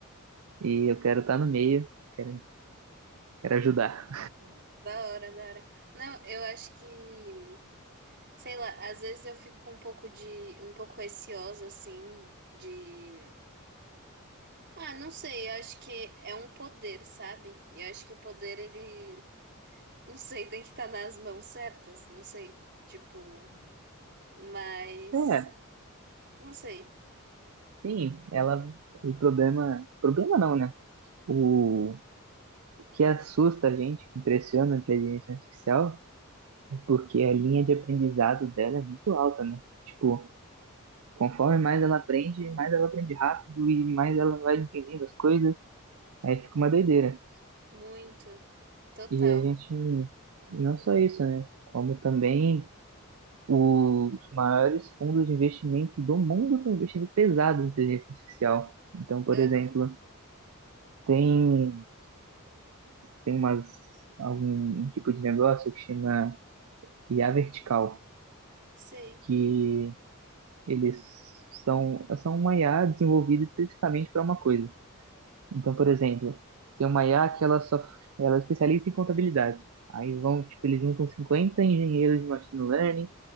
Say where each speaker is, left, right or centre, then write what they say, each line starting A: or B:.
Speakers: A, on the right; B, on the right.
A: e eu quero estar no meio, quero, quero ajudar.
B: Da hora, da hora. Não, eu acho que, sei lá, às vezes eu fico um pouco de, um pouco receosa, assim, de, ah, não sei, eu acho que é um poder, sabe? E eu acho que o poder, ele, não sei, tem que estar nas mãos certas, não sei, tipo, mas,
A: É.
B: não sei,
A: Sim, ela. O problema. Problema não, né? O que assusta a gente, que impressiona a inteligência artificial, é porque a linha de aprendizado dela é muito alta, né? Tipo, conforme mais ela aprende, mais ela aprende rápido e mais ela vai entendendo as coisas, aí fica uma doideira.
B: muito, total,
A: E a gente. E não só isso, né? Como também os maiores fundos de investimento do mundo estão investindo pesado em inteligência artificial. Então, por
B: aham,
A: exemplo, tem tem umas, algum tipo de negócio que chama IA vertical,
B: sei,
A: que eles são, são uma IA desenvolvida especificamente para uma coisa. Então, por exemplo, tem uma IA que ela só ela é especialista em contabilidade. Aí vão, tipo, eles juntam 50 engenheiros de machine learning